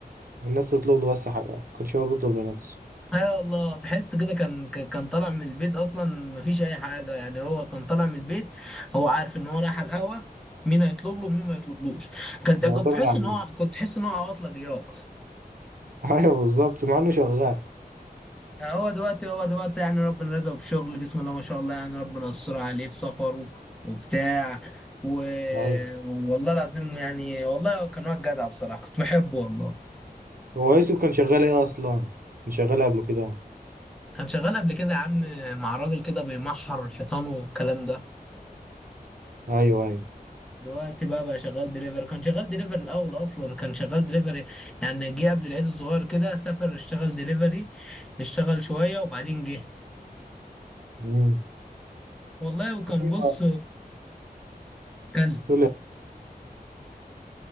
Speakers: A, on the right (about 60°); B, in the centre.
A: الناس تطلب له بس حاجات كان هو بيطلب لنفسه
B: ايوه والله تحس كده كان ك- كان طالع من البيت اصلا مفيش اي حاجه يعني هو كان طالع من البيت هو عارف ان هو رايح على القهوه مين هيطلب له ومين ما يطلبلوش كنت
A: معتمد
B: كنت تحس
A: على
B: ان
A: النفس
B: هو كنت تحس ان هو عواطله جياع
A: <laughs> ايوه بالظبط مع انه شغال
B: هو دلوقتي هو دلوقتي يعني ربنا رزقه بشغل بسم الله ما شاء الله يعني ربنا يستر عليه في سفره وبتاع و...
A: ايوه
B: والله العظيم يعني والله كان واد جدع بصراحة كنت بحبه والله
A: هو يوسف كان شغال ايه اصلا كان شغال قبل كده أهو.
B: كان شغال قبل كده يا عم مع راجل كده بيمحر الحيطان والكلام ده
A: ايوه ايوه
B: دلوقتي بقى بقى شغال دليفري كان شغال دليفري الأول أصلا كان شغال دليفري يعني جه قبل العيد الصغير كده سافر اشتغل دليفري اشتغل شوية وبعدين جه
A: امم
B: والله وكان
A: ايوه
B: بص كلب
A: تقول ايه